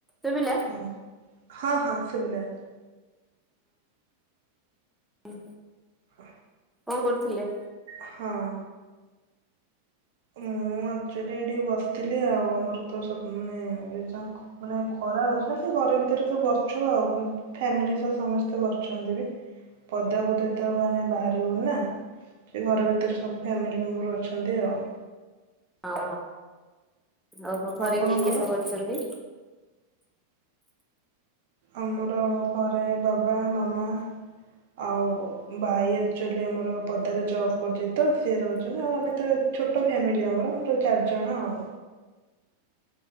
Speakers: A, in the centre; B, on the right.
A: ଶୁଭିଲା
B: ହୁଁ ହଁ ହଁ ହଁ ଶୁଭିଲା ଏଥର
A: ହୁଁ।
B: ହ।
A: କଣ କରୁଥିଲେ।
B: ହଁ। ମୁଁ ଆକ୍ଚୁଆଲି ଏଇଠି ବସିଥିଲି ଆଉ ଆମର ତ ସବୁ ମାନେ ଏ ଯା ମାନେ ଖରା ହଉଛି ନା ସେ ଘରେ ଭିତରେ ସବୁ ବସିଛୁ ଆଉ ଫ୍ୟାମିଲି ସହ ସମସ୍ତେ ବସିଛନ୍ତି ବି ପଦାକୁଦ ଏତେ ମାନେ ବାହାରିି ହଉନି ନା ସେ ଘର ଭିତରେ ସବୁ ଫ୍ୟାମିଲି ମେମ୍ବର ଅଛନ୍ତି ଆଉ
A: ହଁ ଆଉ ହୋ ଘରେ
B: ଆପଣଙ୍କର?
A: କିଏ କିଏ ସବୁ ଅଛନ୍ତି?
B: ଆମର ଘରେ ବାବା ମାମା ଆଉ ଭାଇ ଆକ୍ଚୁଆଲି ଆମର ପଦାରେ ଜବ୍ କରୁଛି ତ ସି ରହୁଛନ୍ତି ଆଉ ଆମେ ତ ଛୋଟ ଫ୍ୟାମିଲି ଆମର ଯେଉଁ ଚାରିଜଣ ଆଉ